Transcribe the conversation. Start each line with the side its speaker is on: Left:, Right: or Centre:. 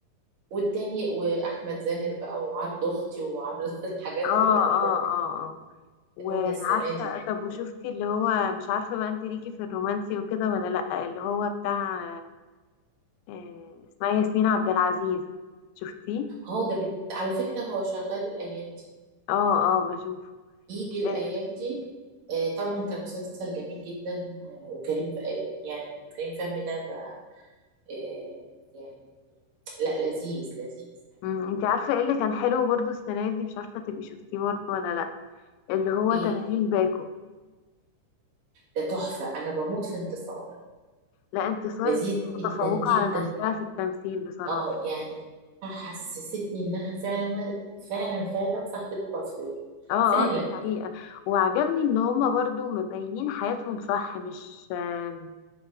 Right: والتاني واحمد زاهر بقى وعرض اختي وعرض <laughs> الحاجات
Left: اه
Right: الغريبه
Left: اه اه اه وعارفة
Right: عملوها السنة دي
Left: طب وشفتي اللي هو مش عارفة بقى انت ليكي في الرومانسي وكده ولا لأ اللي هو بتاع آه اسمها ياسمين عبد العزيز شفتيه؟
Right: اه ده بت... على فكرة هو شغال الأيام دي
Left: اه اه بشوفه
Right: يجي الأيام
Left: آه.
Right: دي آه طبعا كان مسلسل جميل جدا آه، وكريم ف... آه يعني كريم فهمي ده بقى آه يعني لا لذيذ لذيذ يعني
Left: أمم، انت عارفة ايه اللي كان حلو برضو السنة دي مش عارفة تبقي شفتيه برضو ولا لأ اللي هو
Right: ايه
Left: 80 باكو
Right: ده تحفة أنا بموت في انتصار
Left: لا انتصار
Right: لذيذة
Left: دي متفوقة
Right: جدا جدا
Left: على نفسها في التمثيل بصراحة
Right: اه يعني حسستني إنها فعلا فعلا فعلا صاحبة كوافير
Left: اه
Right: فعلا
Left: اه دي حقيقة وعجبني ان هما برضو مبينين حياتهم صح مش آه،